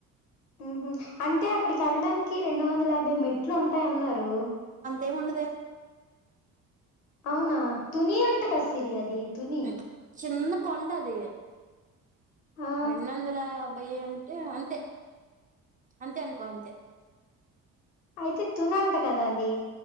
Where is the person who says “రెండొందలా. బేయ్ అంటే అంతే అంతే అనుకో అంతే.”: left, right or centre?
Right